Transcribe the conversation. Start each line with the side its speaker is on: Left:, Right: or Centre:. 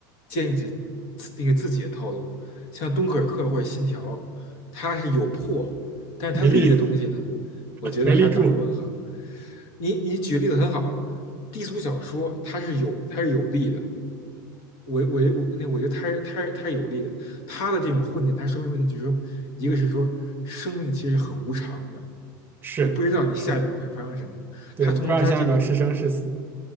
Left: 建立起自那个自己的套路。像敦刻尔克或者信条，它是有破，但是它立的东西呢，
Right: 没立 <laughs>
Left: 我觉得还打个问号。
Right: 没立住，
Left: 你你举例子很好，低俗小说它是有它是有立的，我我我那我觉得他是他是他是有利的，他的这种混点，他说明问题就是说，一个是说生命其实很无常的，
Right: 是是的，
Left: 你不知道你下一秒会发生什么。
Right: 对你不知道下一秒是生是死，
Left: 他通过他这个